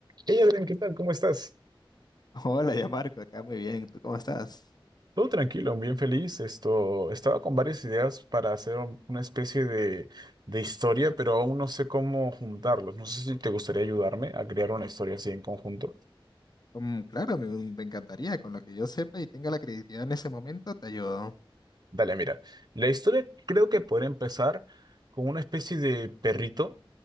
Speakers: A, on the right; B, on the left.
A: Hey Adrián, ¿qué tal? ¿Cómo estás?
B: Hola, ya Marco, acá muy bien. ¿Tú cómo estás?
A: Todo tranquilo, bien feliz. Esto, estaba con varias ideas para hacer un- una especie de, de historia, pero aún no sé cómo juntarlos. No sé si te gustaría ayudarme a crear una historia así en conjunto.
B: Mm, claro, me, me encantaría. Con lo que yo sepa y tenga la credibilidad en ese momento, te ayudo.
A: Dale, mira. La historia creo que podría empezar con una especie de perrito